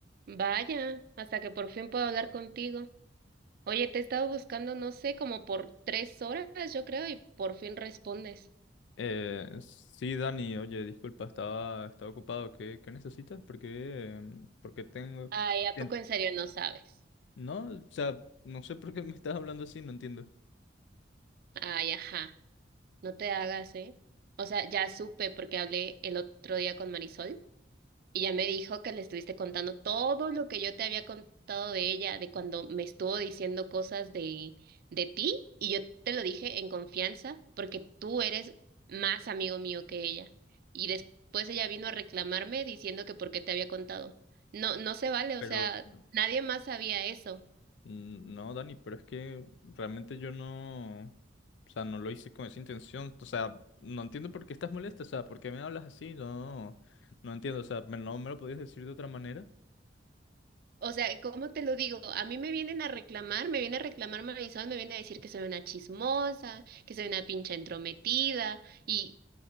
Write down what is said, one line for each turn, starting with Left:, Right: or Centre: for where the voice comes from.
Right: Vaya, hasta que por fin puedo hablar contigo. Oye, te he estado buscando, no sé, como por tres horas, yo creo, y por fin respondes.
Left: Eh, sí, Dani, oye, disculpa, estaba, estaba ocupado. ¿Qué, qué necesitas? ¿Por qué, em, por qué tengo...?
Right: Ay, ¿a
Left: Bien.
Right: poco en serio no sabes?
Left: No, o sea, no sé por qué me estás hablando así, no entiendo.
Right: Ay, ajá, no te hagas, ¿eh? O sea, ya supe porque hablé el otro día con Marisol Y ya me dijo que le estuviste contando todo lo que yo te había contado de ella, de cuando me estuvo diciendo cosas de, de ti, y yo te lo dije en confianza, porque tú eres más amigo mío que ella. Y después ella vino a reclamarme diciendo que por qué te había contado. No, no se vale,
Left: Pero...
Right: o sea, nadie más sabía eso.
Left: Mm, No, Dani, pero es que realmente yo no... O sea, no lo hice con esa intención. O sea, no entiendo por qué estás molesta. O sea, ¿por qué me hablas así? No, no entiendo. O sea, me- no me lo podías decir de otra manera.
Right: O sea, ¿cómo te lo digo? A mí me vienen a reclamar, me viene a reclamar Marisol, me viene a decir que soy una chismosa, que soy una pinche entrometida. Y